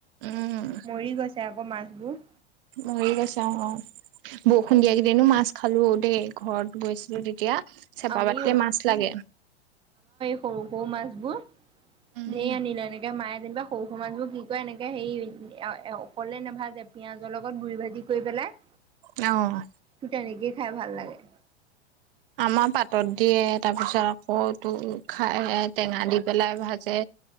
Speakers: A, on the right; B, on the right.
A: উম
B: মৰি গৈছে আকৌ মাছবোৰ
A: মৰি গৈছে অ অ বৰষুণ দিয়া কেইদিনো মাছ খালো দেই ঘৰত গৈছিলো তেতিয়া চেপা
B: আমিও
A: পাটিলে মাছ লাগে
B: সৰু সৰু মাছবোৰ
A: উম
B: ধেৰি আনিলে এনেকে মায়ে যেনিবা সৰু সৰু‌ মাছ বোৰ কি কয় এনেকে হেৰি অকলে নাভা যে পিঁয়াজৰ লগত গুৰি ভাজি কৰি পেলাই
A: অ',
B: ফুটানি গে খাই ভাল লাগে
A: আমাৰ পাতত দিয়ে তাৰপিছত অ তো খাইহে টেঙা দি পেলাই ভাজে